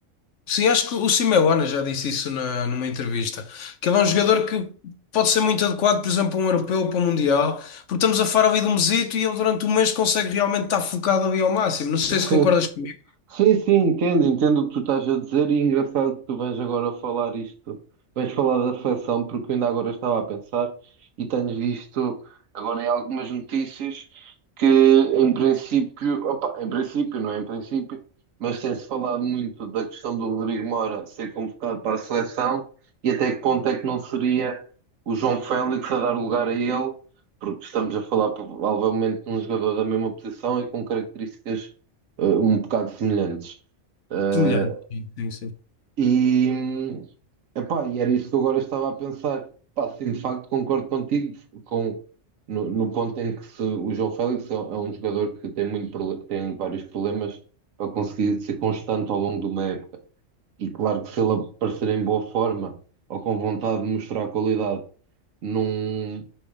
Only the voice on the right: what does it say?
Sim,
Sim, sim, entendo, entendo o que tu estás a dizer e é engraçado que tu vens agora falar isto, vens falar da seleção, porque eu ainda agora estava a pensar e tenho visto agora em algumas notícias que em princípio, opa, em princípio, não é em princípio, mas tem-se falado muito da questão do Rodrigo Moura ser convocado para a seleção e até que ponto é que não seria o João Félix a dar lugar a ele, porque estamos a falar provavelmente de um jogador da mesma posição e com características eh, um bocado semelhantes. Eh,
e, epá, e era isso que eu agora estava a pensar. Pá, sim, de facto concordo contigo com, no, no ponto em que se, o João Félix é, é um jogador que tem, muito, prole- tem vários problemas para conseguir ser constante ao longo de uma época. E claro que se ele aparecer em boa forma ou com vontade de mostrar qualidade num,